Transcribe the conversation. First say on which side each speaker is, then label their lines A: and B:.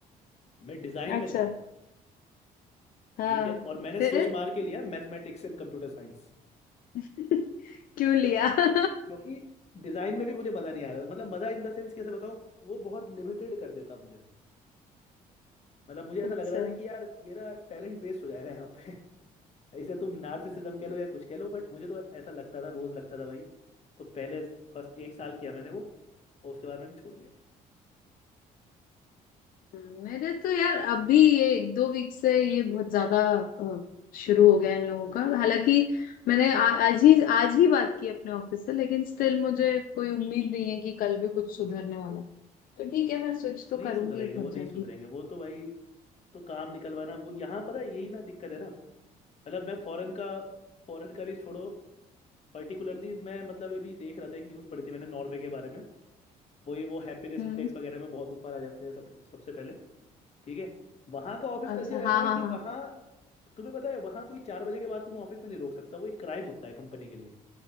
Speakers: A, on the left (about 45°); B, on the left (about 70°).
A: मैं डिजाइन
B: अच्छा
A: में था
B: हाँ
A: ठीक है और मैंने
B: फिर
A: स्विच मार के लिया मैथमेटिक्स एंड कंप्यूटर साइंस
B: <laughs> क्यों लिया
A: हाँ।
B: <laughs>
A: क्योंकि डिजाइन में भी मुझे मजा नहीं आ रहा था मतलब मजा इन द सेंस कैसे बताऊं वो बहुत लिमिटेड कर देता मुझे मतलब मुझे ऐसा
B: अच्छा
A: लग रहा था कि यार मेरा टैलेंट वेस्ट हो जाएगा यहाँ पे <laughs> इसे तुम नार्सिसिज्म कह लो या कुछ कह लो बट मुझे तो ऐसा लगता था रोज लगता था भाई तो पहले फर्स्ट एक साल किया मैंने वो और उसके बाद मैंने छोड़ दिया
B: मेरे तो यार अभी ये एक दो वीक से ये बहुत ज्यादा अ, शुरू हो गया इन लोगों का हालांकि मैंने आ, आज ही आज ही बात की अपने ऑफिस से लेकिन स्टिल मुझे कोई उम्मीद नहीं है कि कल भी कुछ सुधरने वाला है तो ठीक है मैं स्विच तो
A: नहीं
B: करूंगी
A: सुधरेंगे
B: बहुत
A: वो नहीं
B: जल्दी
A: सुधरेंगे वो तो भाई तो काम निकलवाना वो यहाँ पता है यही ना दिक्कत है ना मतलब मैं फॉरेन का फॉरेन का भी छोड़ो पर्टिकुलरली मैं मतलब अभी देख रहा था एक न्यूज़ पढ़ी थी मैंने नॉर्वे के बारे में वही वो हैप्पीनेस
B: हम्म
A: इंडेक्स वगैरह में बहुत ऊपर आ जाते हैं सब सबसे पहले ठीक है वहाँ का ऑफिस कल्चर
B: अच्छा
A: ऐसा
B: हाँ
A: है
B: हाँ
A: कि
B: हाँ
A: वहाँ तुम्हें पता है वहाँ कोई चार बजे के बाद तुम्हें ऑफिस में नहीं रोक सकता वो एक क्राइम होता है कंपनी के लिए